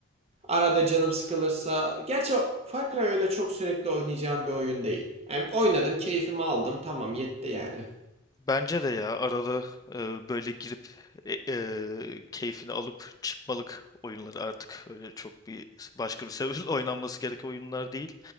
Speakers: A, on the right; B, on the left.
A: Arada canım sıkılırsa... Gerçi Far Cry öyle çok sürekli oynayacağım bir oyun değil. Yani oynadım, keyfimi aldım. Tamam yetti yani.
B: Bence de ya arada e, böyle girip e, e, keyfini alıp çıkmalık oyunları artık öyle çok bir başka bir sebeple <laughs> oynanması gereken oyunlar değil.